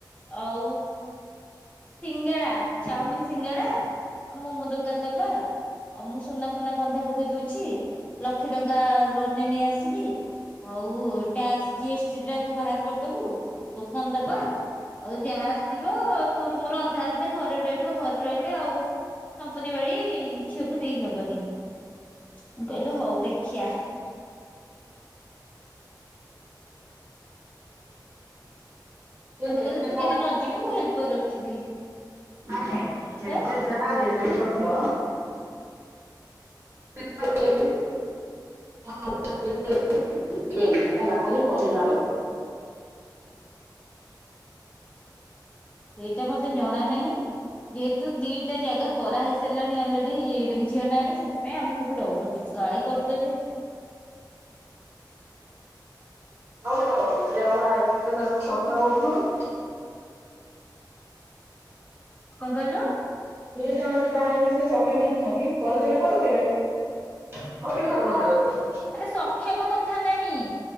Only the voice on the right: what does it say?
ସେ
ଯେତେ
ଯାହା
ବି
ହେଲେ
<inaudible> ନା ଯାଏ ଯେତେ
ଯାହା ହେଲେ ମ ଝିଅ <inaudible> ହେଲା ଖାଲି କହିବା କଥା।
<unintelligible> ସେ ଯାହାକୁ ବାହା ହେଇଚି ସେ ତାକୁ <unintelligible>
ତୁ ଯାହା କୁ ବାହା ହେଇଚୁ ସେ ସକ୍ଷମ ନୁହଁ କି? କରିଦେଲେ କରିଦେବେ ଅସୁବିଧା କଣ ହେଲା ତୋର?